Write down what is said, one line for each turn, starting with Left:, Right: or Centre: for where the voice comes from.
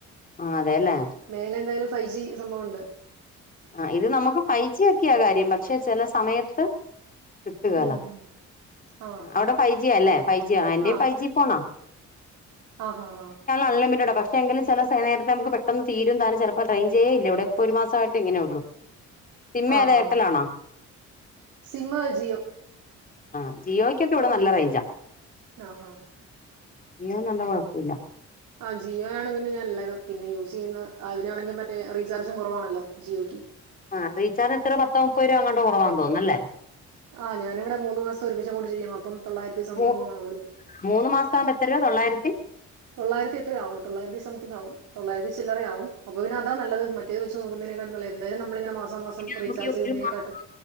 Left: ആ അതെല്ലേ
Right: മേലെ എന്തായാലും ഫൈവ് ജി സംഭവംണ്ട്
Left: ആ ഇത് നമുക്ക് ഫൈവ് ജിക്ക കാര്യം പക്ഷെ ചില സമയത്ത് കിട്ടുല
Right: ഉം ഉം. ആ.
Left: എൻ്റെ
Right: ആ.
Left: ഫൈവ്ജി ഫോൺ ആണ്
Right: ആഹാഹാ.
Left: അൺലിറ്റഡ് പക്ഷെ എങ്കിലുംില നേരത്തെ നമുക്ക് പെട്ടന്ന് തീും താലും ചില ട്രെയി ചെയയില്ല ഇവിടെ ഒരു മാസമായിട്ട് എങ്ങനെ ഉള്ളൂ സിം
Right: ആഹ
Left: ഏതാ എയർടെലാണോ
Right: സിം ജിയോ
Left: ആ ജിയോക്കെ ഇവിടെ നല്ല റേഞ്ചാ
Right: ആഹ
Left: ജിയോ നല്ല കുഴപ്പമില്ല
Right: ആഹ ജിയോയണ് പിന്നെ ഞാൻ പിന്നെ യൂസ് ചെയ്യുന്ന അതിനാണെങ്കിൽ മറ്റേ റീചാർജും കുറവാണല്ലോ ജിയോയ്ക്ക്
Left: ആ റീചാർ്ജ് പത്ത മുപ്പത് രൂപ അങ്ങോട്ട്റവാന്ന് തോന്നുന്നുല്ലേ
Right: ആഹ ഞാന ഇവിടെ മൂന്ന് മാസം ഒരുമിച്ച കൊണ്ട് ചെയ്യാം അപ്പം തൊള്ളായിരത്തി സംതിങ്ങങ്
Left: മൂ
Right: ആുള്ളൂ
Left: മൂന്ന് മാസം ആകുമ്പോ എത്ര രൂപ തൊള്ളായിരത്തി
Right: തൊള്ളായിരത്തി എത്രയാവും തൊള്ളായിരത്തി സംതിങ് ആവും തൊള്ളരത്തി ചില്ലറ ആവും. അപ്പൊ പിന്നെ അതാ നത് മറ്റേ നോക്കുന്നതിനക്ക എന്താലും നമ്മള ഇങ്ങെ മാസംറീചാർജ്
Left: നമുക്ക് ഈ ഒരു
Right: ചെയ്യുന്നതിനക്കാട്ടും
Left: മാസം